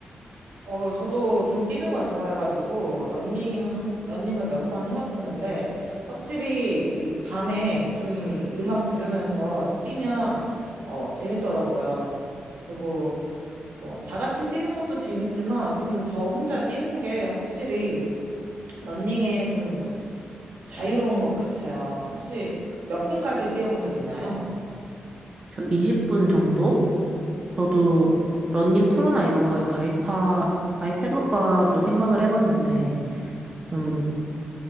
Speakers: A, on the right; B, on the right.
A: 어, 저도 좀 뛰는 걸 좋아해가지고 러닝 한, 러닝을 몇 번 해봤었는데 확실히 이 밤에 좀 음악 들으면서 뛰면 어, 재밌더라고요. 그리고 뭐, 다 같이 뛰는 것도 재밌지만, 좀 저 혼자 뛰는 게 확실히 러닝에 좀 자유로운 것 같아요. 혹시 몇 분까지 뛰어본 적 있나요?
B: 저 20분 정도? 저도 러닝 크루나 이런 거에 가입하, 가입해볼까도 생각을 해봤는데, 좀